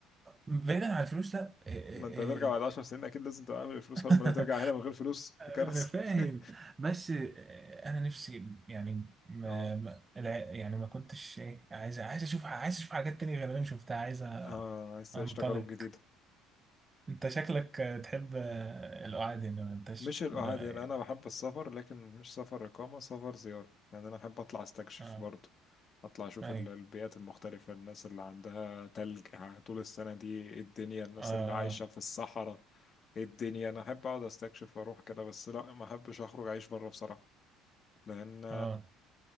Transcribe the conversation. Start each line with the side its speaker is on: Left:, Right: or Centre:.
Right: بعيدا عن الفلوس لا إيه
Left: ما انت
Right: إيه
Left: هترجع بعد 10 سنين اكيد لازم تبقى عامل الفلوس
Right: <laughs>
Left: امال هترجع هنا من غير فلوس ده كارثه
Right: انا فاهم
Left: <laughs>
Right: بس آه، انا نفسي يعني ما
Left: اه
Right: ما الع- يعني ما كنتش ايه عايز عايز اشوف عايز اشوف حاجات تانية غير اللي انا شفتها عايز
Left: اه عايز تعيش
Right: انطلق
Left: تجارب جديده
Right: انت شكلك تحب القعاد هنا ما انتش
Left: مش القعاد
Right: لا، يعني،
Left: يعني انا بحب السفر لكن مش سفر اقامه سفر زياره يعني انا احب اطلع استكشف
Right: اه
Left: برضه اطلع اشوف
Right: اي
Left: ال- البيئات المختلفه الناس اللي عندها تلج طول السنه دي ايه الدنيا الناس
Right: اه
Left: اللي عايشه في الصحراء ايه الدنيا انا احب اقعد استكشف واروح كده بس لا ما احبش اخرج اعيش بره بصراحه لان
Right: اه